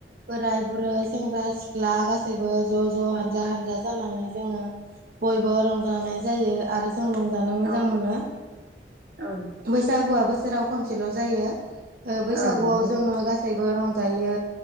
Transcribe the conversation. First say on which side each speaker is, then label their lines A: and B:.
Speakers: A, on the right (about 55°); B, on the right (about 85°).
A: बोराइ बुरै सेंग्रा सिख्ला गा सैबो ज' ज' हानजा हानजा जानानै जोङो बयबो रंजानाय जायो आरो। जों रंजानो मोजां
B: औ
A: मोनो।
B: औ
A: बैसागुआ बोसोराव खनसेल' जायो ओ बैसागुआव
B: औ नंगौ
A: जोङो गा सैबो रंजायो